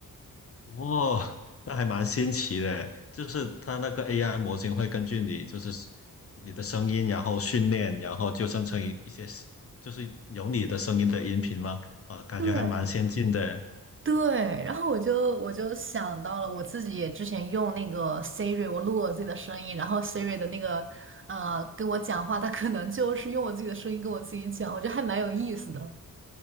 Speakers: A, on the left; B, on the right.
A: 哦，那还蛮新奇的，就是它那个 AI 模型会根据你就是你的声音，然后训练，然后就生成一一些就是有你的声音的音频吗？啊，感觉还蛮先进的。
B: 对对，然后我就我就想到了，我自己也之前用那个 Siri，我录我自己的声音，然后 Siri 的那个呃跟我讲话，它可能就是用我自己的声音跟我自己讲，我觉得还蛮有意思的。